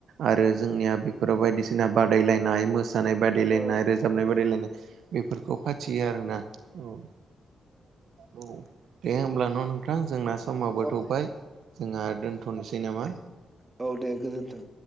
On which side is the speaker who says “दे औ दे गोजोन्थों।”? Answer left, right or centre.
Right